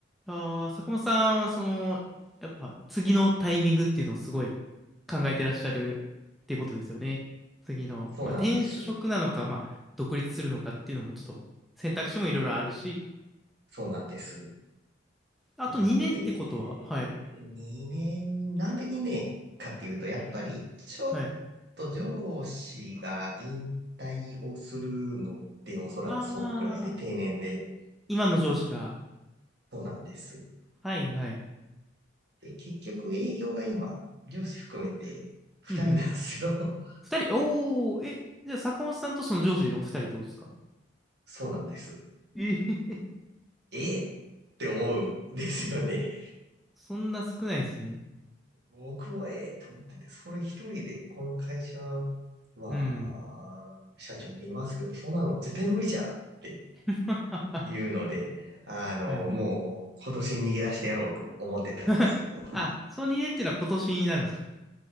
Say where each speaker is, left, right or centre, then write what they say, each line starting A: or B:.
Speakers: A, in the centre; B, on the right (about 55°).
A: ああ、坂本さんはその、やっぱ次のタイミングっていうのをすごい考えてらっしゃるっていうことですよね。次の、
B: そうなんです。
A: まあ、転職なのか、まあ、独立するのかっていうのもちょっと選択肢もいろいろあるし、
B: そうなんです。
A: あと2年ってことは、
B: なので、
A: はい、
B: 2年、なんで2年かっていうと、やっぱりちょっと上司が引退をするのっておそらくそんくらいで定年で、
A: はい。ああ、今の上司が、
B: そうなんです。
A: はい、はい。
B: で、結局営業が今、上司含めて2人なんですよ。
A: うんうん。二人、おお、え、じゃあ坂本さんとその上司の二人ってことですか
B: <laughs> そうなんです。
A: えへへ
B: えーって思うんですよね。
A: そんな少ないですね。
B: 僕もええと思ってて、それ一人でこの会社は、
A: うん。
B: 社長見ますけど、そんなの絶対無理じゃんって
A: <laughs> は
B: いうので、あの、
A: いはい。
B: もう今年逃げ出してやろうと思ってたんですけど。
A: <laughs> あ、その2年っていうのは今年になるんですか